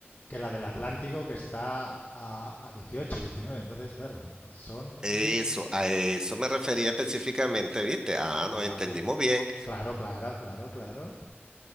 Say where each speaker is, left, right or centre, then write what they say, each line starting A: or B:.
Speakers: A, on the left; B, on the right.
A: que la del Atlántico, que está a, a 18, 19. Entonces, claro, pues son un
B: eso,
A: fin.
B: a eso me refería específicamente, ¿viste? Ah,
A: Claro,
B: nos entendimos bien.
A: claro, claro, claro, claro.